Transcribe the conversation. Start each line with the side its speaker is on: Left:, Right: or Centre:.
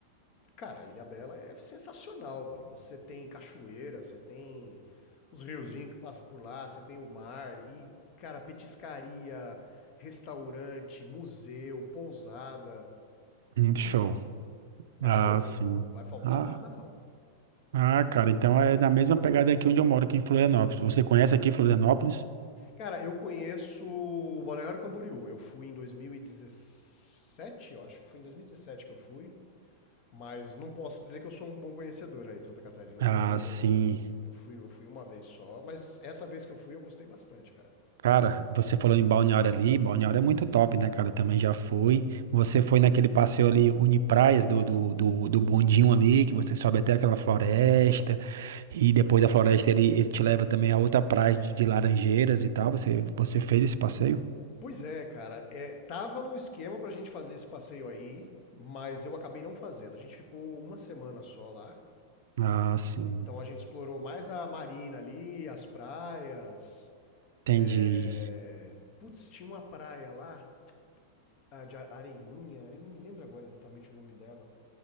Left: Cara, Ilha Bela é sensacional, mano. Você tem cachoeira, você tem os riozinhos que passam por lá, você tem o mar e, cara, petiscaria, restaurante, museu, pousada.
Right: hum, show.
Left: Bicho, é
Right: Ah,
Left: show.
Right: sim.
Left: Não vai faltar
Right: Ah,
Left: nada, não.
Right: Ah, cara, então é na mesma pegada aqui onde eu moro, aqui em Florianópolis. Você conhece aqui Florianópolis?
Left: Cara, eu conheço Balneário Camboriú. Eu fui em 2017, eu acho que foi em 2017 que eu fui. Mas não posso dizer que eu sou um bom conhecedor aí de Santa Catarina,
Right: Ah,
Left: porque eu,
Right: sim.
Left: eu, fui, eu fui uma vez só, mas essa vez que eu fui eu gostei bastante, cara.
Right: Cara, você falou em Balneário ali, Balneário é muito top, né, cara? Eu também já fui. Você foi naquele passeio ali, Unipraias, do, do, do, do bondinho ali, que você sobe até aquela floresta, e depois da floresta ele, ele te leva também a outra praia de, de Laranjeiras e tal. Você, você fez esse passeio?
Left: Pois é, cara, é, tava no esquema pra gente fazer esse passeio aí, mas eu acabei não fazendo. A gente ficou uma semana só lá,
Right: Ah, sim.
Left: então a gente explorou mais a marina ali, as praias.
Right: Entendi.
Left: é, Putz, tinha uma praia lá, a de Areinha, eu não me lembro agora exatamente o nome dela.